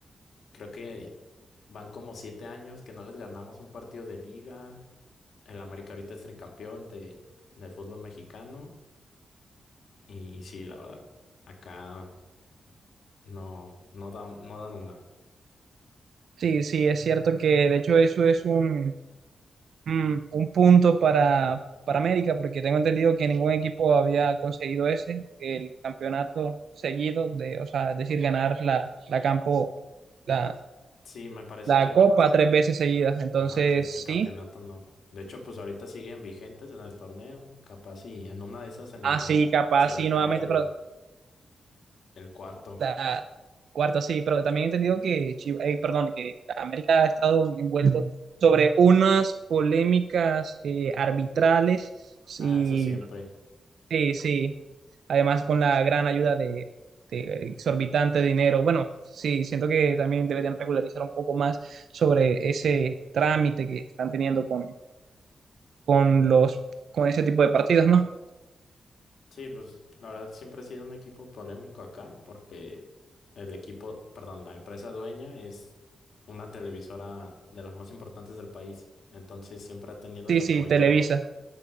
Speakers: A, on the left; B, on the right.
A: creo que van como siete años que no les ganamos un partido de liga. El América ahorita es tricampeón de, del fútbol mexicano. Y sí, la verdad, acá no, no dan, no dan una.
B: Sí, sí, es cierto que de hecho eso es un, un, un punto para, para América, porque tengo entendido que ningún equipo había conseguido ese, el campeonato seguido, de, o sea, es decir, ganar la, la campo, la,
A: Sí, me parece
B: la
A: que,
B: copa tres veces seguidas. Entonces,
A: ajá, que el tricampeonato
B: sí,
A: no. De hecho, pues ahorita siguen vigentes en el torneo. Capaz y en una de esas se nos
B: así
A: da,
B: capaz,
A: se les
B: sí,
A: da
B: nuevamente,
A: el,
B: pero
A: el cuarto.
B: la cuarta, sí, pero también he entendido que, Chi- eh, perdón, que América ha estado envuelto sobre unas polémicas eh, arbitrales, sí,
A: Ah, eso siempre.
B: sí, sí, además con la gran ayuda de, de exorbitante dinero, bueno, sí, siento que también deberían regularizar un poco más sobre ese trámite que están teniendo con, con los, con ese tipo de partidos, ¿no?
A: Sí, pues la verdad siempre ha sido un equipo polémico acá porque el equipo, perdón, la empresa dueña es una televisora de las más importantes del país. Entonces siempre ha tenido
B: Sí,
A: el apoyo
B: sí, Televisa.